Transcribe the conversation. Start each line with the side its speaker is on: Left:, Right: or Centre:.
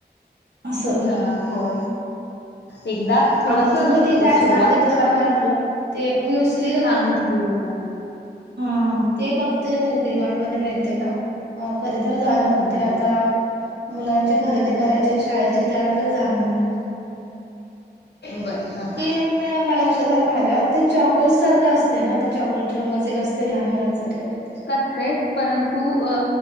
Right: असं.
Left: हा होय. एकदा थोडस
Right: आणि तुम्ही ते काय
Left: सुरुवात
Right: सांगितलं
Left: करताना
Right: मला
Left: कुठ
Right: ते म्युसली
Left: हा मुस्च
Right: हा ते फक्त रिमार्ट मध्ये मिळते का? अ कधी तर जाणं
Left: हा
Right: होते
Left: हा
Right: आता मुलांचे खरेदी करायचे शाळेचे त्यावेळे जाणं होईल.
Left: बरं हा.
Right: ते म म लक्षात आलं माझ्या ते चॉकोस सारखं असत. ना ते चॉकलेट रंगच एक असते लहान मुलांसाठी का?
Left: ते परंतु अ